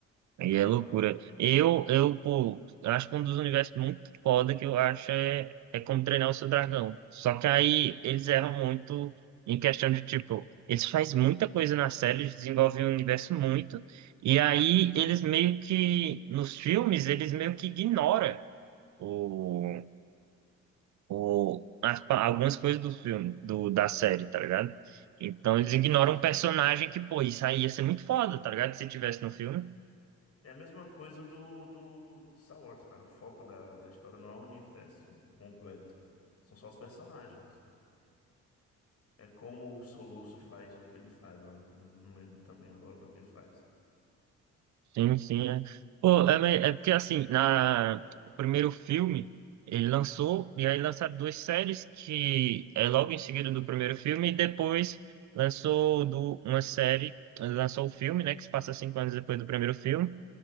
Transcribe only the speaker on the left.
Aham.
Não,
mas
é a mesma coisa do, do, do Star Wars, cara. O foco da, da história não é o universo completo. São só os personagens. É como o Soluço faz o que ele faz lá. Não lembro também agora o que ele faz.